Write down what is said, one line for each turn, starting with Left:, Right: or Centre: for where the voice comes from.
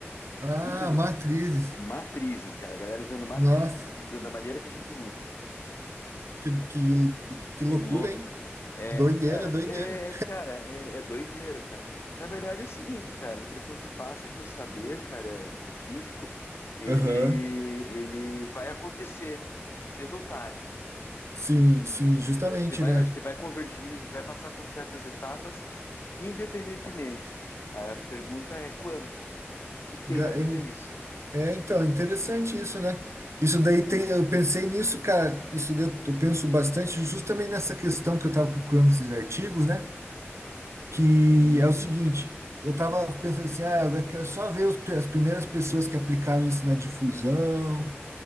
Right: Ah,
Left: Uso de
Right: Matrizes.
Left: matrizes, cara. A galera usando matrizes
Right: Nossa,
Left: da da maneira que a gente usa.
Right: que, que, que loucura,
Left: Que louco.
Right: hein?
Left: É,
Right: Doideira,
Left: cara,
Right: doideira.
Left: é, cara, é, é doideira, cara. Na verdade é o seguinte, cara, a impressão que passa é que o saber, cara, é científico, ele,
Right: <laughs> Aham.
Left: ele vai acontecer cedo ou tarde,
Right: Sim, sim, justamente,
Left: entendeu? A gente vai,
Right: né?
Left: a gente vai convergir, a gente vai passar por certas etapas, independentemente. A pergunta é quando e quem
Right: Gra-
Left: vai fazer
Right: em-
Left: isso?
Right: É, então, interessante isso, né? Isso daí tem, eu pensei nisso, cara, isso daí eu eu penso bastante justamente nessa questão que eu tava procurando esses artigos, né? Que
Left: Uhum,
Right: é o seguinte, eu tava pensando assim, ah, eu quero só ver os pri- as primeiras pessoas que aplicaram isso na difusão,